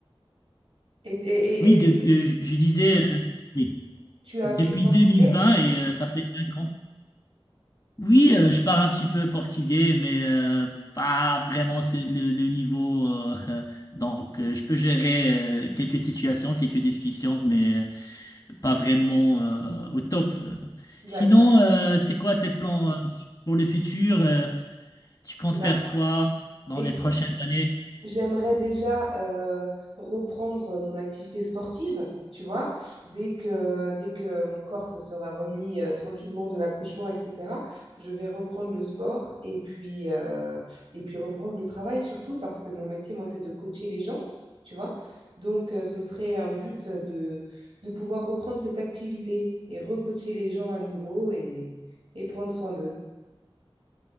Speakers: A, on the right (about 75°); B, on the left (about 40°).
A: Et, et, et-
B: oui,
A: et est-ce
B: depuis,
A: que
B: euh, je, je disais, euh, oui,
A: tu as
B: depuis
A: appris le portugais?
B: 2020 et euh, ça fait cinq ans. Oui, euh, je parle un petit peu portugais, mais euh, pas vraiment c'est le, le niveau. euh, <laughs> euh, donc, euh, je peux gérer euh, quelques situations, quelques discussions, mais euh, pas vraiment euh, au top.
A: D'accord.
B: Sinon, euh, c'est quoi tes plans euh, pour le futur? euh, Tu comptes
A: Bah,
B: faire quoi dans
A: écoute,
B: les prochaines années?
A: J'aimerais déjà euh, reprendre mon activité sportive, tu vois, dès que, dès que mon corps se sera remis euh, tranquillement de l'accouchement, etc. Je vais reprendre le sport et puis, euh, et puis reprendre le travail surtout parce que mon métier, moi, c'est de coacher les gens, tu vois. Donc, euh, ce serait un but de, de pouvoir reprendre cette activité et recoacher les gens à nouveau et, et prendre soin d'eux.